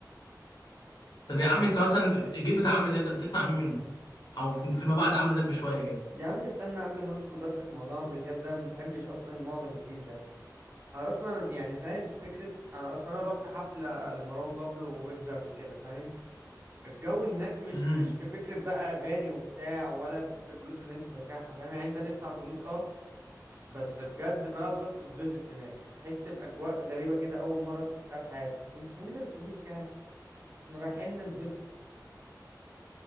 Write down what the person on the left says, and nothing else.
طب يا عم انت مثلا الجيل بتاع عمرو دياب ده بتسمع مين منه او في- فيما بعد عمرو دياب بشويه كده
امم